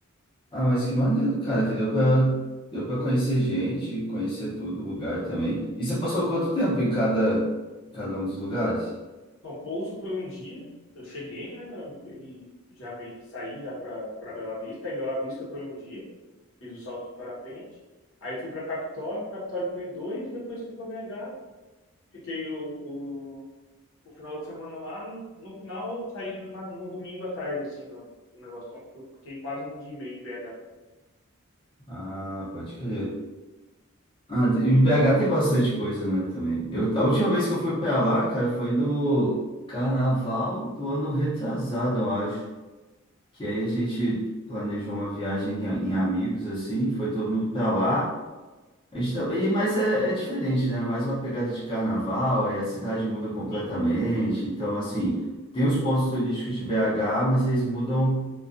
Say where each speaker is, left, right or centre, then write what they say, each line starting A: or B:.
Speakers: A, on the left; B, on the left.
A: Ah, mas que maneiro, cara, que deu pra, deu pra conhecer gente, conhecer tudo, o lugar também. E você passou quanto tempo em cada, em cada um dos lugares?
B: Então, Pouso foi um dia, eu cheguei, né, na- e já meio que saí já para para Bela Vista, aí Bela Vista foi um dia, fiz o salto de parapente, aí fui para Capitólio, Capitólio foi dois, depois fui para BH, fiquei o, o, o final de semana lá, no, no final eu saí do- na- no domingo à tarde, assim, no, no negócio, então eu fiquei quase um dia e meio em BH.
A: Ah, pode crer. Ah, te- em BH tem bastante coisa, né, também. Eu, a última vez
B: É,
A: que eu fui pra lá, cara, foi no carnaval do ano retrasado, eu acho. Que aí a gente planejou uma viagem em, a- em amigos, assim, foi todo mundo pra lá. A gente tá- E, mas é, é diferente, né? Mais uma pegada de carnaval, aí a cidade muda completamente.
B: E
A: Então, assim, tem os pontos turísticos de BH, mas eles mudam